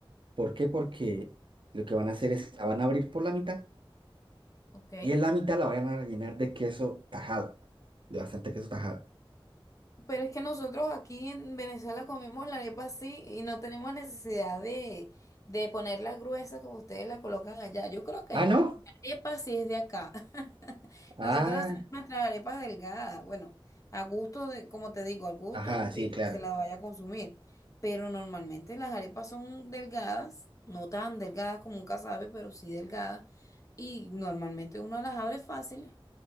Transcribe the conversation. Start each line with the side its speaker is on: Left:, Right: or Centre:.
Right: ¿Por qué? Porque lo que van a hacer es, la van a abrir por la mitad
Left: Ok.
Right: y en la mitad la van a rellenar de queso tajado, de bastante queso tajado.
Left: Pero es que nosotros aquí en Venezuela comemos la arepa así y no tenemos necesidad de, de ponerla gruesa como ustedes la colocan allá. Yo creo que
Right: Ah, ¿no?
Left: Arepa sí es de acá. <laughs>
Right: Ah,
Left: Nosotros hacemos nuestras arepas delgadas. Bueno, a gusto de, como te digo, al gusto
Right: ajá,
Left: de
Right: sí,
Left: que
Right: claro.
Left: se la vaya a consumir. Pero normalmente las arepas son delgadas, no tan delgadas como un casabe, pero sí delgadas. Y normalmente uno las abre fáciles.